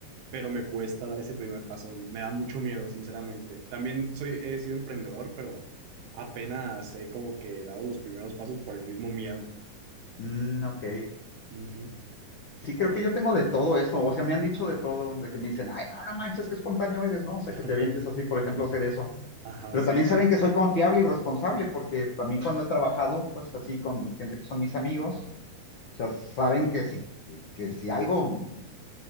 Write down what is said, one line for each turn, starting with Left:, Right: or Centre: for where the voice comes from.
Right: pero me cuesta dar ese primer paso. Me da mucho miedo, sinceramente. También soy, he sido emprendedor, pero apenas he como que dado los primeros pasos por el mismo miedo.
Left: mm, ok.
Right: Ujú.
Left: Sí, creo
Right: A ver.
Left: que yo tengo de todo esto, o sea, me han dicho de todo, de que me dicen, ay, no, no manches, qué espontáneo eres, ¿no? O sea,
Right: <laughs>
Left: que te avientes así, por ejemplo, a hacer eso.
Right: Ajá,
Left: Pero
Right: sí,
Left: también
Right: sí,
Left: saben
Right: sí.
Left: que soy confiable y responsable, porque también cuando he trabajado, pues así, con gente que son mis amigos, o sea, saben que si, que si algo